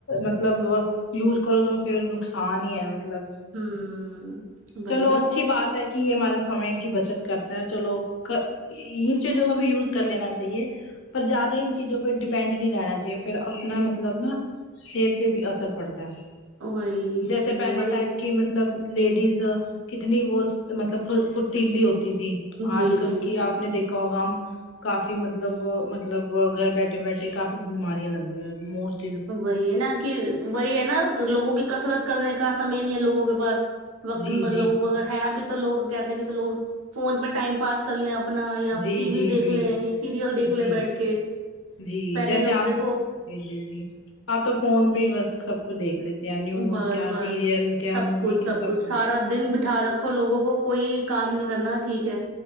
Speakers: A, on the left (about 65°); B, on the right (about 90°).
A: مطلب یوز کرو تو پھر نقصان ہی ہے مطلب
B: ہوں وہی
A: چلو
B: نا
A: اچھی بات ہے کہ یہ ہمارے سمے کی بچت کرتا ہے چلو ان چیزوں کا بھی یوز کر لینا چاہیے پر زیادہ انن چیزوں پہ ڈیپینڈ نہیں رہنا چاہیے پھر اپنا مطلب نا صحت پہ بھی اثر پڑتا ہے
B: وہی
A: جیسے پہلے
B: وہی
A: ٹائم کہ مطلب لیڈیز کتنی وہ مطلب فرتیلی ہوتی تھی
B: جی
A: آج کل
B: جی
A: کی آپ نے دیکھا ہوگا ہم کافی مطب مطلب مطلب گھر بیٹھے بیٹھے کافی بیماریاں لگی ہو ہیں موسٹ
B: وہی ہے نا کہ وہی ہے نا لوگوں کی کسرت کرنے کا سمے نہیں ہے لوگوں کے پاس وقت
A: جی
B: لوگ
A: جی
B: کو اگر ہے بھی تو لوگ کہتے ہیں کہ چلو فون پہ ٹائم پاس کر لیں اپنا یا
A: جی
B: ٹی وی
A: جی
B: دیکھ
A: جی
B: لیں
A: جی
B: یا سیریل دیکھ
A: جی
B: لیں بیٹھ کے
A: جی
B: پہلے
A: جیسے
B: لوگ
A: آپ
B: دیکھو
A: نے جی جی جی آپ تو فون پہ ہی بس سب کچھ دیکھ لیتے ہیں نیوز
B: بس
A: کیا
B: بس
A: سیریل کیا
B: سب
A: مووی
B: کچھ
A: کیا سب کچھ
B: سارا دن بٹھا رکھو لوگوں کو کوئی کام نہیں کرنا ٹھیک ہے